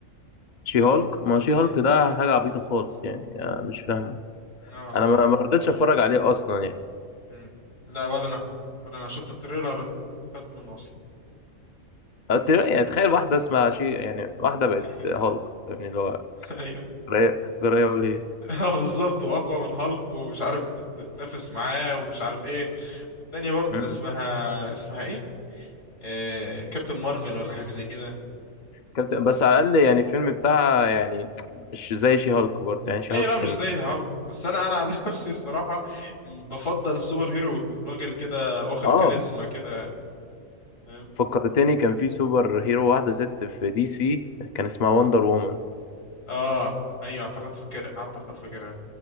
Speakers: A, on the left; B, on the left.
A: شي هولك ما هو شي
B: امم
A: هولك ده حاجه عبيطه خالص يعني آه، مش فاهمه
B: لا انا
A: انا
B: ما
A: ما
B: عاجبش
A: ما رضيتش اتفرج عليه اصلا يعني
B: امم لا ولا انا ولا انا شفت التريلر اتقفلت منه اصلا
A: أت- يعني تخيل واحده اسمها شي يعني واحده بقت
B: <laughs>
A: هولك يعني اللي هو
B: ايوه
A: جرايه جرايه وليه
B: <laughs> اه بالظبط واقوى من هالك ومش عارف بتتنافس معاه ومش عارف ايه والتانية برضه
A: امم
B: اللي اسمها اسمها ايه آه... كابتن مارفل ولا حاجة زي كده
A: كابتن بس على الاقل يعني الفيلم بتاعها يعني مش زي شي هولك برضه يعني شي
B: اي
A: هولك
B: لا مش
A: كان
B: زي هالك بس انا انا عن <laughs> نفسي الصراحة بفضل السوبر هيرو يكون راجل كده واخد
A: اه
B: كاريزما كده فاهم
A: فكرتني كان في سوبر هيرو واحده ست في دي سي كان اسمها وندر وومن
B: اه ايوه اعتقد فاكرها اعتقد فاكرها